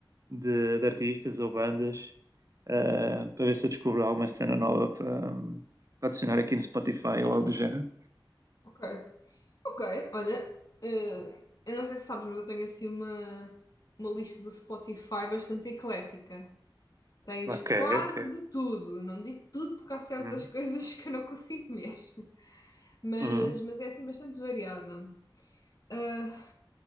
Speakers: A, on the right; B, on the left.
A: de, de artistas ou bandas, ah, para ver se eu descubro alguma cena nova para, hum, para adicionar aqui no Spotify ou algo do género.
B: Ok, ok, olha, eh, eu não sei se sabes, mas eu tenho assim uma, uma lista do Spotify bastante eclética. Tens
A: Ok,
B: quase
A: ok.
B: de tudo, não digo tudo porque há certas
A: Uhum,
B: coisas <laughs> que eu não consigo ver, mas,
A: uhum,
B: mas é assim bastante variada. Ah,